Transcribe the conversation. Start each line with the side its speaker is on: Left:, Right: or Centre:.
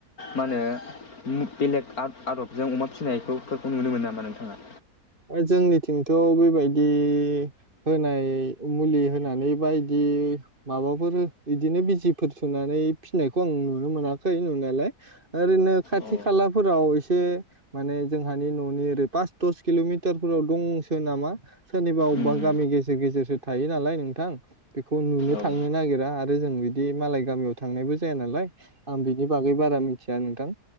Left: मा होनो बेलेग आदबजों अमा फिसिनायफोरखौ नुनो मोनो नामा नोंथाङा
Right: जोंनिथिंथ' बेबायदि होनाय मुलि होनानै बाायदि माबाफोर इदिनो बिजिफोर सुनानै फिनायखौ आं नुनो मोनाखै नुनायालाय ओरैनो खाथि
Left: औ
Right: खालाफोराव एसे माने जोंहानि न'नि ओरै पास दस किल'मिटारफोराव दंसो नामा सोरनिबा अबेबा
Left: उम
Right: गामि गेजेर गेजेरसो थायो नालाय नोंथां बेखौ नुनो
Left: औ
Right: थांनो नागिरा आरो जों बिदि मालाय गामियाव थांनायबो जाया नालाय आं बिनि बागै बारा मिथिया नोंथां